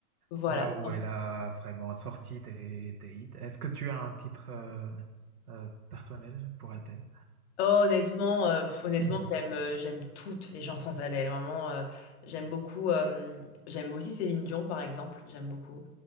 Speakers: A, on the left; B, on the right.
A: voilà,
B: Là où elle a vraiment sorti tes, tes hits. Est-ce que tu as un titre euh, euh, personnel pour Adele?
A: Oh, honnêtement, euh, pff, honnêtement,
B: <clears throat>
A: j'aime euh, j'aime toutes les chansons d'Adèle. Vraiment, euh, j'aime beaucoup. euh, j'aime aussi Céline Dion, par exemple. J'aime beaucoup.